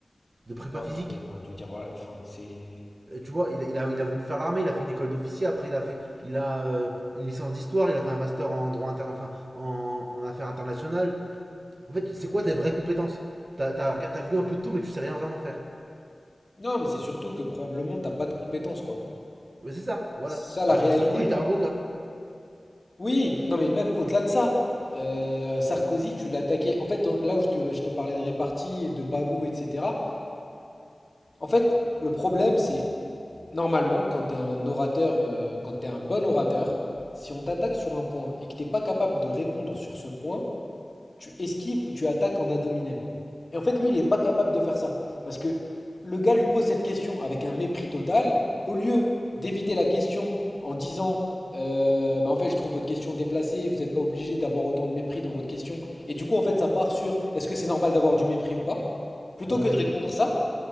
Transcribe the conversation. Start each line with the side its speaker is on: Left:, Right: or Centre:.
Right: de prépa
Left: Ah,
Right: physique.
Left: mais, enfin, je veux dire, voilà, enfin, c'est.
Right: Euh, tu vois, il, a- il a, il a voulu faire l'armée, il a fait une école d'officier, après il a fait il a euh, une licence d'histoire, il a fait un master en droit inter... enfin, en, en affaires internationales. En fait, c'est quoi tes vraies compétences T'as t'as t'as vu un peu de tout, mais tu sais rien vraiment faire.
Left: Non, mais c'est surtout que probablement t'as pas de compétences, quoi.
Right: Mais c'est ça, voilà.
Left: C'est ça la
Right: Alors
Left: réalité.
Right: que Sarko, il était avocat.
Left: Oui, non, mais même au-delà de ça, euh, Sarkozy, tu l'attaquais. En fait, dans- là où je te, je te parlais de répartie, de bagou, etc., En fait, le problème, c'est normalement, quand tu es un orateur, euh, quand tu es un bon orateur, si on t'attaque sur un point et que tu n'es pas capable de répondre sur ce point, tu esquives ou tu attaques en ad hominem. Et en fait, lui, il n'est pas capable de faire ça. Parce que le gars lui pose cette question avec un mépris total. Au lieu d'éviter la question en disant euh, bah, En fait, je trouve votre question déplacée, vous n'êtes pas obligé d'avoir autant de mépris dans votre question. Et du coup, en fait, ça part sur Est-ce que c'est normal d'avoir du mépris ou pas Plutôt
Right: Ouais,
Left: que de
Right: ouais.
Left: répondre ça,